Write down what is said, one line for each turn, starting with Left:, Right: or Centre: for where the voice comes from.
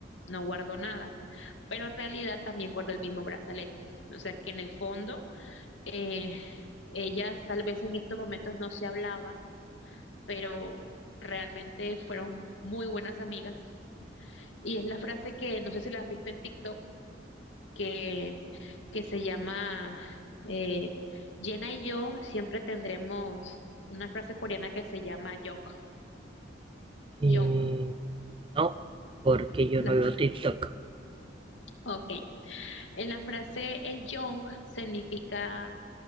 Left: no guardó nada, pero en realidad también guardó el mismo brazalete. O sea que en el fondo, eh, ellas tal vez en estos momentos no se hablaban, pero realmente fueron muy buenas amigas. Y es la frase que no sé si la has visto en TikTok, que, que se llama eh, Jenna y yo siempre tendremos una frase coreana que se llama Yong.
Right: Eh,
Left: Yong.
Right: no, porque yo
Left: La,
Right: no veo
Left: fr-
Right: TikTok.
Left: ok. En la frase el Yong significa